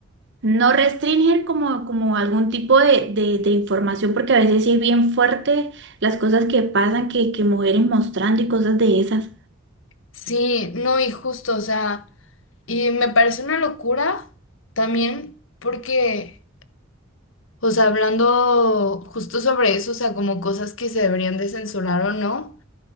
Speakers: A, on the right; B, on the left.
A: No restringir como, como algún tipo de, de- de información, porque a veces sí es bien fuerte las cosas que pasan, que, que mujeres mostrando y cosas de esas.
B: Sí, no, y justo, o sea, y me parece una locura también porque, o sea, hablando justo sobre eso, o sea, como cosas que se deberían de censurar o no.